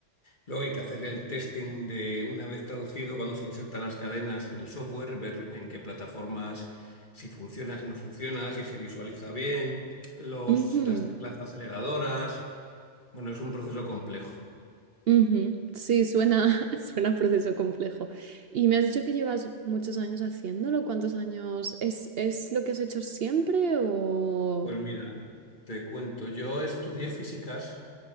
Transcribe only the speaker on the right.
ujú.
Ujú. Sí, suena, <laughs> suena proceso complejo. Y me has dicho que llevas muchos años haciéndolo. ¿Cuántos años? ¿Es, es lo que has hecho siempre o...?